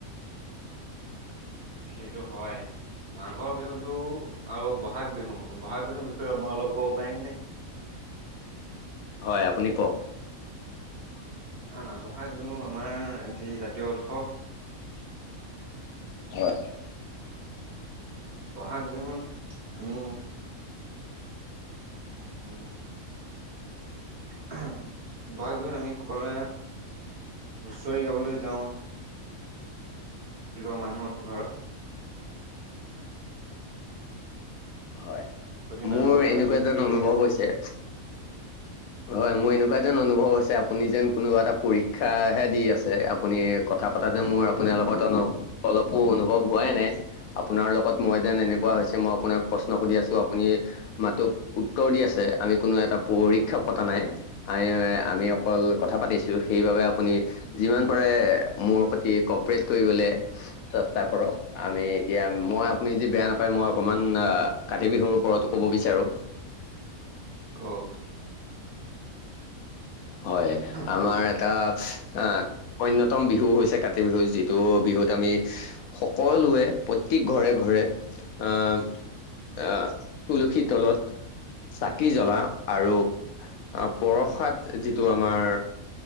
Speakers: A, on the right (about 45°); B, on the left (about 80°).
A: সেইটো হয় মাঘৰ বিহুতটো আৰু বহাগ বিহু বহাগ বিহুৰ বিষয়ে মই অল <unintelligible> ক'ব পাৰিম নে?
B: হয় আপুনি কওক
A: আহ বহাগ বিহু আমাৰি জাতীয় উৎসৱ।
B: হয়
A: বহাগ বিহুত আমি উম, <unintelligible> বহাগ বিহুত আমি সকলোৱে হুঁচৰি গাবলৈ যাওঁ। ঘ মানুহৰ ঘৰত
B: হয়,
A: প্ৰতি
B: মোৰ
A: মানুহৰ ঘৰত
B: এনেকুৱা
A: আমি
B: এ যেন
A: হুঁচৰি
B: অনুভৱ
A: গাব
B: হৈছে হয়, মোৰ এনেকুৱা যেন অনুভৱ হৈছে আপুনি যেন কোনোবা এটা পৰীক্ষা হে দি আছে আপুনি কথা পতা যে মোৰ আপোনাৰ লগত অলপো অনুভৱ হোৱাই নাই আপোনাৰ লগত মই যেন এনেকুৱা, মই আপোনাক প্ৰশ্ন সুধি আছো আপুনি মাতো উত্তৰ দি আছে আমি কোনো এটা প উক্ষপ পতা নাই আমি আমি অকল কথা পাতিছো সেইবাবে আপুনি যিমান পাৰে মোৰ সৈতি কপৰেট কৰিবলৈ চেষ্টা কৰক আমি এতিয়া মই আপুনি যদি বেয়া নাপায় মই অকণমান আহ কাতি বিহুৰ ওপৰতো ক'ব বিচাৰো
A: কওক
B: হয়, আমাৰ
A: হয় কওক
B: এটা আ অন্যতম বিহু হৈছে কাতি বিহু যিটো বিহুত আমি সকলোৱে প্ৰত্যেক ঘৰে-ঘৰে। আহ, আহ তুলসীৰ তলত চাকি জ্বলা আৰু প্ৰসাদ যিটো আমাৰ